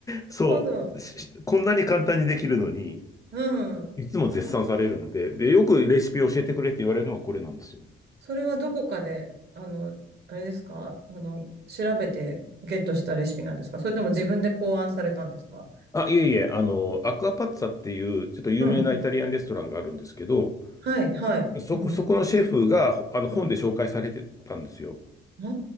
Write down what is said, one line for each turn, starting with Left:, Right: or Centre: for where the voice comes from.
Left: そう。
Right: ほど。
Left: しこんなに簡単にできるのに、
Right: うん。
Left: いつも絶賛されるんで、
Right: ああ、
Left: で、よくレシピ教えてくれって言われるのがこれなんですよ。
Right: それはどこかで、あの、あれですかあの、調べてゲットしたレシピなんですかそれとも自分で考案されたんですか
Left: あ、いえいえ、あの、アクアパッツァっていう、ちょっと有名なイタリアンレストランがあるんですけど、
Right: うん。はい、はい。
Left: そこ、
Right: うん、
Left: そこのシェフがほあの本で紹介されてたんですよ。
Right: うん。うん。あ